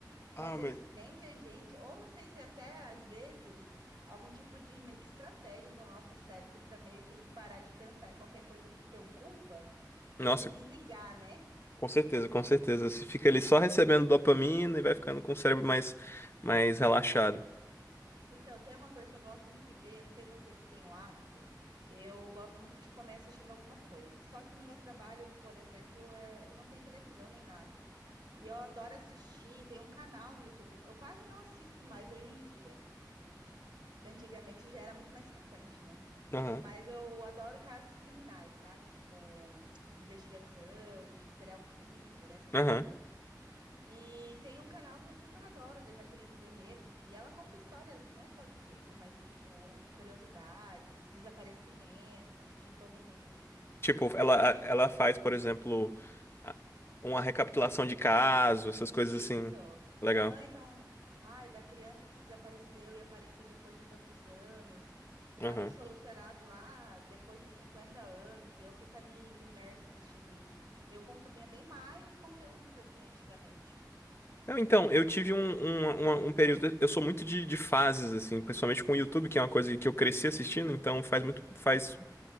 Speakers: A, on the right; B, on the left.
A: Mas
B: Ah,
A: eles
B: mas.
A: prendem a gente, ou não sei se é até às vezes algum tipo de meio que estratégia do nosso cérebro para meio que parar de pensar em qualquer coisa que preocupa, meio
B: Nossa,
A: que desligar, né?
B: com certeza, com certeza. Você fica ali só recebendo dopamina e vai ficando com o cérebro mais, mais relaxado.
A: Então, tem uma coisa que eu gosto muito de ver, não sei você se tem o hábito, eu gosto muito de comer assistindo alguma coisa. Só que no meu trabalho, por exemplo, é- não tem televisão nem nada. E eu adoro assistir, tem um canal no YouTube, eu quase não assisto mais hoje em dia. Antigamente já era muito mais frequente, né?
B: Aham,
A: Mas eu adoro casos criminais, sabe? Tipo, de investigação, de serial killer, essas
B: aham.
A: coisas assim. E tem um canal que eu super adoro, da Jaqueline Guerreiro, e ela conta histórias não só disso, mas tipo, curiosidades, desaparecimentos de todo mundo, assim.
B: Tipo, ela,
A: E às vezes
B: ela faz, por exemplo, a- uma recapitulação de caso, essas coisas
A: Isso!
B: assim. Legal.
A: Aham, então, ai, da criança que desapareceu e apareceu depois de tantos anos, caso
B: Aham.
A: solucionado lá depois de 50 anos, e eu fico ali imersa assistindo isso. Eu consumia bem mais conteúdos assim antigamente.
B: Não, então, eu tive um, um, uma- um período. Eu sou muito de, de fases, assim, principalmente com o YouTube, que é uma coisa que eu cresci assistindo, então faz muito, faz